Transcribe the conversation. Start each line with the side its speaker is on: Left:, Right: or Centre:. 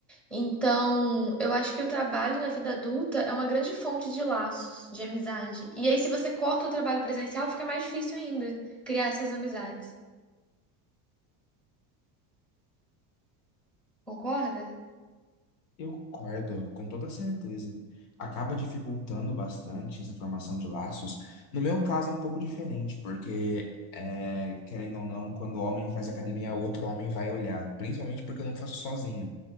Centre: Então, eu acho que o trabalho na vida adulta é uma grande fonte de laços, de amizade. E aí, se você corta o trabalho presencial, fica mais difícil ainda criar essas amizades. Concorda?
Left: Eu concordo, com toda certeza. Acaba dificultando bastante essa formação de laços. No meu caso é um pouco diferente, porque, é, querendo ou não, quando o homem faz academia, outro homem vai olhar. Principalmente porque eu não faço sozinho.